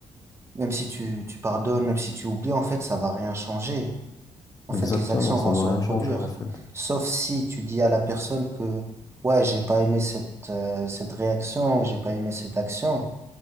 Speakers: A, on the right (about 20°); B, on the left (about 30°).
A: même si tu, tu pardonnes, même si tu oublies, en fait, ça va rien changer. En fait,
B: Exactement,
A: les actions
B: ça
A: vont
B: va
A: se
B: rien
A: reproduire.
B: changer en fait.
A: Sauf si tu dis à la personne que, ouais, j'ai pas aimé cette, euh, cette réaction ou j'ai pas aimé cette action.